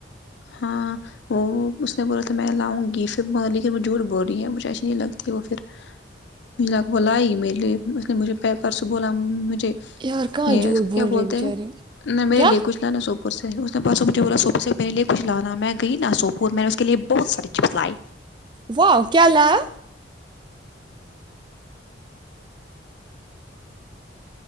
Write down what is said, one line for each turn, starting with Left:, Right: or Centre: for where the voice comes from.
Left: ہاں وہ اس نے بولا تھا میں لاؤں گی پھر لیکن وہ جھٹ بول رہی ہے مجھے ایسی نہیں لگتی وہ پھر ملا بولا لائی میرے لیے اس نے مجھے پیپر سے بولا مجھے
Right: یار کہاں
Left: یہ
Right: جھوٹ
Left: اس کیا
Right: بول رہے
Left: بولتے
Right: بیچارے
Left: ہیں ن میرے
Right: کیا
Left: لیے کچلا نا سوپور سے اس نےاسوں مجھے بولا س کچھ لانا میں گئی نا سوپور میں نے اس کے لیے بہت ساری چپس لائی
Right: واہ کیا لآیا